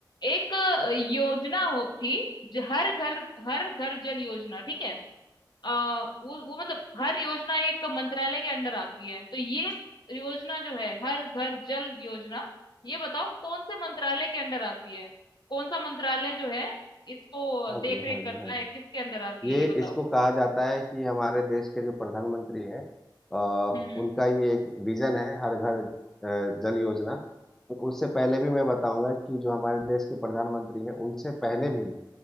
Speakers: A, on the left; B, in the centre.
A: एक अ, योजना हो थी जो हर घर हर घर जल योजना ठीक है आ, वो वो मतलब हर योजना एक मंत्रालय के अंडर आती है तो ये योजना जो है हर घर जल योजना ये बताओ कौन से मंत्रालय के अंडर आती है कौन सा मंत्रालय जो है इसको
B: हाँ
A: देख
B: जी
A: रेख
B: हाँ जी
A: करता
B: हाँ जी
A: है किसके अंदर आती है
B: ये
A: ये बताओ
B: इसको कहा जाता है कि हमारे देश के जो प्रधानमंत्री हैं अ,
A: हम्म
B: उनका ये एक विजन है हर घर अ, जल योजना उससे पहले भी मैं बताऊंगा कि जो हमारे देश के प्रधानमंत्री हैं उनसे पहले भी